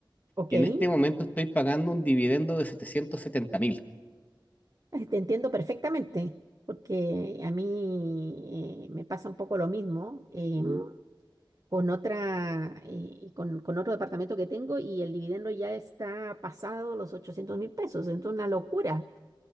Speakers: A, on the right; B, on the left.
A: ok,
B: Y
A: eh,
B: en este momento estoy pagando un dividendo de setecientos setenta mil.
A: te entiendo perfectamente, porque a mí eh, me pasa un poco lo mismo. em, Mm. con otra, eh, con, con otro departamento que tengo y el dividendo ya está pasado los 800 mil pesos, entonces una locura.